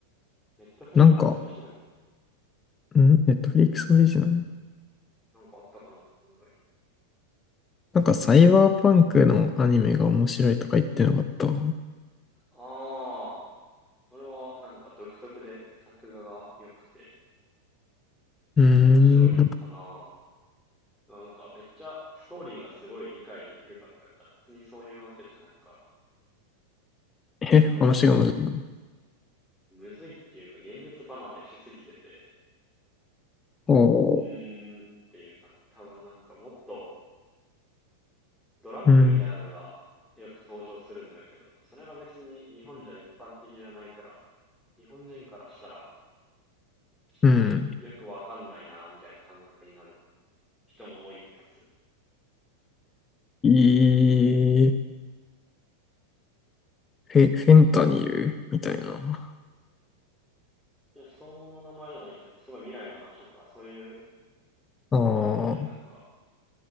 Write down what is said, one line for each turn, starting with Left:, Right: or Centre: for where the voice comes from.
Centre: う。ネットフリックスオリジナルで、
Left: なんか、んネットフリックスオリジナル。
Centre: なんかあったかなおもろいの。
Left: なんか、サイバーパンクのアニメが面白いとか言ってなかった。う
Centre: ああ、あれはなんか独特で作画が良くて、
Left: ーん。
Centre: まあ、面白いかな。なんかめっちゃストーリーがすごい理解できるかって言ったら別にそういうわけじゃないから、
Left: え、
Centre: なんか
Left: 話が難しい。
Centre: むずいっていうか現実離れしすぎてて、
Left: おー。
Centre: うーんっていうか、多分なんかもっとドラッグみたいなのがよく登場するんだけど、
Left: うん。
Centre: それが別に日本じゃ一般的じゃないから、日本人からしたらちょっとよくわかんないなみたいな感覚になる。
Left: うん。
Centre: 人も多い気がする。
Left: いい。フェ、フェンタニルみたいな。
Centre: いや、その名前ではないけど、なんかすごい未来の話だから、そういう
Left: ああ、
Centre: 感じではないけど、なんか、